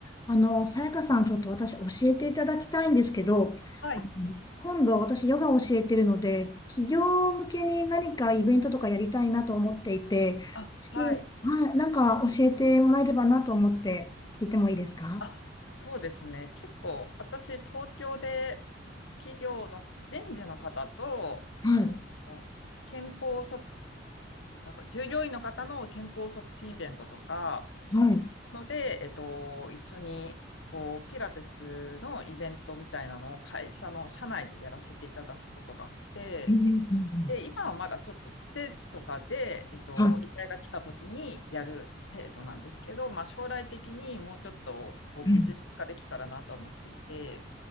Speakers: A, on the left (about 20°); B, on the left (about 80°).
A: あの、さやかさん、ちょっと私教えていただきたいんですけど、
B: はい。
A: あの今度私ヨガを教えてるので、企業向けに何かイベントとかやりたいなと思っていて、
B: あ、
A: し、
B: はい。
A: はい、なんか教えてもらえればなと思って聞いてもいいですか
B: あ、そうですね。結構、私、東京で企業の人事の方と、
A: はい、
B: その、健康促、なんか従業員の方の健康促進イベントとか、
A: はい、
B: そういうので、
A: うん
B: えっと、一緒に、こう、ピラティスのイベントみたいなのを会社の社内でやらせていただくことがあって、
A: うんうんうん
B: で、今はまだちょっとつてとかで、えっと、
A: はい、
B: 依頼が来た時にやる程度なんですけど、まあ、将来的にもうちょっとこうビジネス化できたらなと思っていて、
A: うん